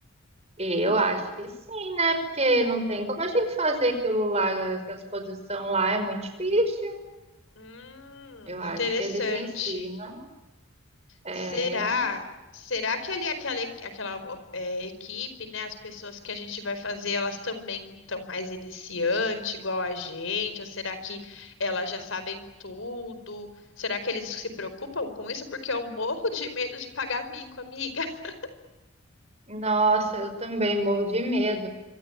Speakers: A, on the right; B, on the left.
A: Eu acho que sim, né? Porque não tem como a gente fazer aquilo lá, aquela a exposição lá é muito difícil.
B: Hum,
A: Eu
B: interessante.
A: acho que eles ensinam. É.
B: Será? Será que ali aquela, e- aquela é, equipe, né? As pessoas que a gente vai fazer, elas também estão mais iniciante, igual a gente? Ou será que elas já sabem tudo? Será que eles se preocupam com isso? Porque eu morro de medo de pagar mico, amiga. <laughs>
A: Nossa, eu também morro de medo.